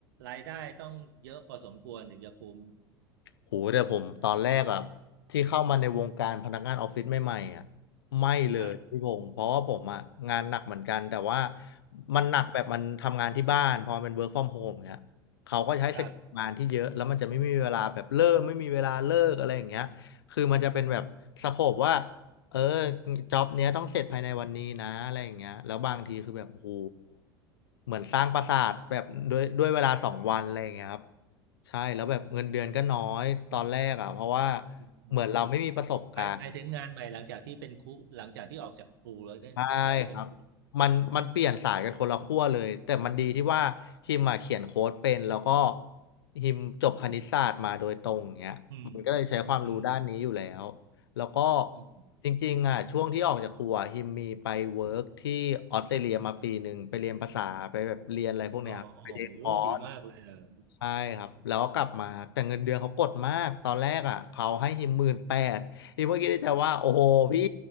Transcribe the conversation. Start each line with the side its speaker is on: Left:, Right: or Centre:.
Right: รายได้ต้องเยอะพอสมควรถึงจะคุ้ม
Left: โหแต่ผมตอนแรกอะที่เข้ามาในวงการพนักงานออฟฟิศใหม่ๆอะไม่เลยพี่พงศ์เพราะว่าผมอะงานหนักเหมือนกันแต่ว่า
Right: ครับ
Left: มันหนักแบบมันทำงานที่บ้านพอมันเป็น work from home เงี้ยเขาก็จะให้สกิลงานที่เยอะแล้วมันจะไม่มีเวลาแบบเลิกไม่มีเวลาเลิกอะไรอย่างเงี้ยคือมันจะเป็นแบบสโคปว่า
Right: ครับ
Left: เออจ็อบเนี้ยต้องเสร็จภายในวันนี้นะอะไรอย่างเงี้ยแล้วบางทีคือแบบโหเหมือนสร้างปราสาทแบบด้วยด้วยเวลาสองวันอะไรอย่างเงี้ยครับ ใช่แล้วแบบเงินเดือนก็น้อยตอนแรกอ่ะเพราะว่า
Right: อืมอืม
Left: เหมือนเราไม่มีประสบการณ์
Right: หมายหมายถึงงานใหม่หลังจากที่เป็นครูหลังจากที่ออกจากครูแล้วได้แล้วใช่ไหม
Left: ใช่ครับมันมันเปลี่ยนสายกันคนละขั้วเลยแต่มันดีที่ว่าฮิมมาเขียนโค้ดเป็นแล้วก็ฮิมจบคณิตศาสตร์มาโดยตรงอย่างเงี้ยมันก็เลยใช้ความรู้ด้านนี้อยู่แล้ว
Right: อืมอืม
Left: แล้วก็
Right: อืม
Left: จริงๆอ่ะช่วงที่ออกจากครัวฮิมมีไปเวิร์กที่ออสเตรเลียมาปีหนึ่งไปเรียนภาษาไปแบบเรียนอะไรพวกเนี้ยไปเรียนคอร์ส
Right: อ๋อโอ้โหดีมากเลยเออ
Left: ใช่ครับแล้วก็กลับมาแต่เงินเดือนเขากดมากตอนแรกอ่ะเขาให้ฮิมหมื่นแปดฮิมเมื่อกี้ิดใใจว่าโอ้โหพี่